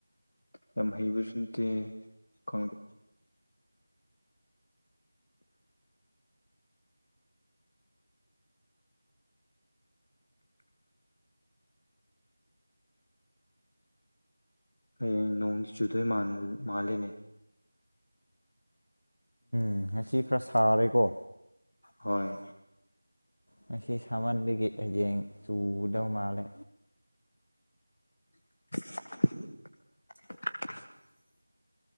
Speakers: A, on the left; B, on the left.
A: ꯌꯥꯝ ꯍꯩꯕꯁꯨꯟꯇꯦ ꯈꯪꯗꯦ ꯍꯌꯦꯡ ꯅꯣꯡꯗꯤ ꯆꯨꯗꯣꯏ ꯃꯥꯜꯂꯤꯅꯦ
B: ꯎꯝ ꯉꯁꯤ ꯈꯔ ꯁꯥꯔꯦꯀꯣ
A: ꯍꯣꯏ
B: ꯉꯁꯤ ꯁꯥꯃꯟꯕꯒꯤ ꯍꯌꯦꯡ ꯆꯨꯗꯧ ꯃꯥꯜꯂꯦ
A: <unintelligible>